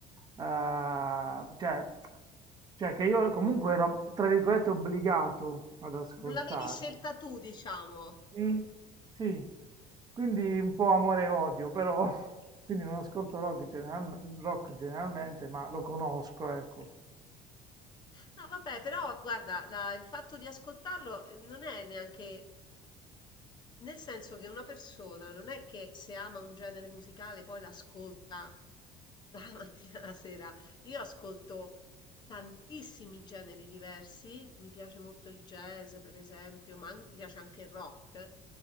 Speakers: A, on the right; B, on the left.
A: eh, cioè, cioè che io comunque ero, tra virgolette, obbligato ad ascoltare.
B: Non l'avevi scelta tu, diciamo.
A: Mm, sì, quindi un po' amore e odio, però <laughs> quindi non ascolto rock, generalme- rock generalmente, ma lo conosco, ecco.
B: No, vabbè, però guarda, la- il fatto di ascoltarlo eh, non è neanche... Nel senso che una persona non è che se ama un genere musicale poi l'ascolta dalla <laughs> mattina alla sera. Io ascolto Tantissimi generi diversi, mi piace molto il jazz per esempio, ma an- mi piace anche il rock,